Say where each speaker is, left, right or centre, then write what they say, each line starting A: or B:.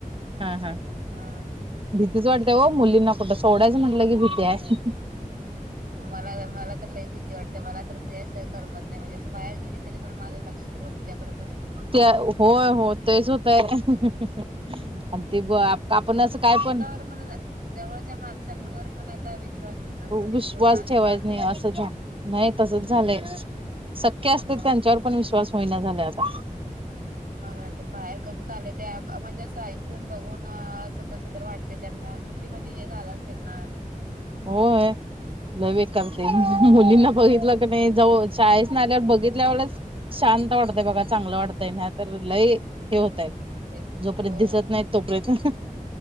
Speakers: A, on the right; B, on the right.
A: हा हा
B: हा
A: भीतीच वाटतेय हो मुलींना कुठं सोडायचं म्हटलं की भीती आहे
B: मला मला तर लय भीती वाटते मला तर करमत नाही म्हणजे असं बाहेर गेली तरी पण माझं लक्ष सगळ तुझ्याकडे
A: त्या होय हो तेच होतय आणि ते ब आपण असं काय पण
B: ण जवळच्या माणसांवर पण आता विश्वास म्हणजे
A: विश्वास
B: ठेऊणे असं
A: ठेवायच
B: चाललंय
A: नाही असं झा नाही तसच झालंय शक्य असते
B: हम्म.
A: त्यांच्यावर पण विश्वास होईना झाला आता
B: ह वाटतं बाहेर कसं चालय ते म्हणजे असं ऐकून बघून असं कसं तर वाटते त्यांना किती म्हज हे झालं असेल ना
A: हो ह लवे करते मुलींना बघितलं की नाही जव शाळेस ना आल्यावर बघितल्या एवढंच शांत वाटतय बघा चांगलं वाटतंय ना तर लही हे होतय
B: ते
A: जोपर्यंत
B: हो.
A: दिसत नाही तोपर्यंत